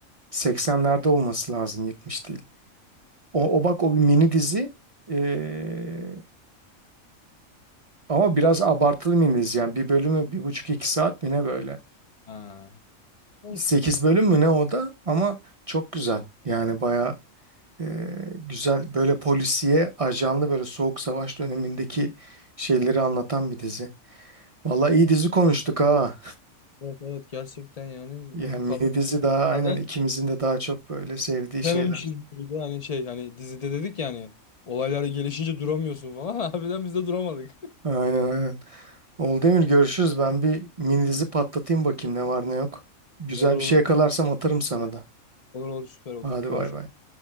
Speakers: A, on the right; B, on the left.
A: 80'lerde olması lazım 70 değil. O, o bak o bir mini dizi. Ee, ama biraz abartılı mini dizi yani bir bölümü bir buçuk iki saat mi ne böyle.
B: ha. Olsun.
A: sekiz bölüm mü ne o da ama çok güzel. Yani baya Ee, güzel böyle polisiye, ajanlı böyle soğuk savaş dönemindeki şeyleri anlatan bir dizi. Valla iyi
B: Aa,
A: dizi konuştuk ha.
B: evet evet gerçekten yani
A: Yani
B: bir kap
A: mini dizi daha aynen
B: Bazen
A: ikimizin de daha çok böyle sevdiği
B: bitirememişiz
A: şeyler.
B: gibi de hani şey hani dizide dedik yani olaylar gelişince duramıyorsun falan. <laughs> Harbiden biz de duramadık.
A: Aynen aynen. Oldu Emir görüşürüz. Ben bir mini dizi patlatayım bakayım ne var ne yok. Güzel
B: <laughs> Olur olur.
A: bir şey yakalarsam atarım sana da.
B: Olur olur süper olur.
A: Hadi
B: Konuş.
A: bay bay.